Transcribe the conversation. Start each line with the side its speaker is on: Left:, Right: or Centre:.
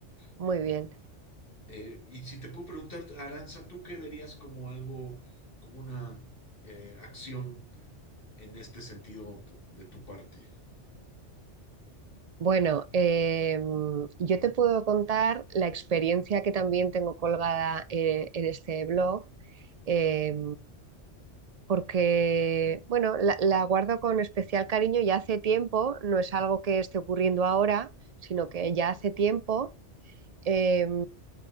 Right: muy
Left: Y,
Right: bien.
Left: eh, y si te puedo preguntar, Aranza, ¿tú qué verías como algo, como una eh, acción en este sentido po- de tu parte?
Right: Bueno, eh, yo te puedo contar la experiencia que también tengo colgada eh, en este blog. Eh, porque, bueno, la, la guardo con especial cariño ya hace tiempo, no es algo que esté ocurriendo ahora, sino que ya hace tiempo eh,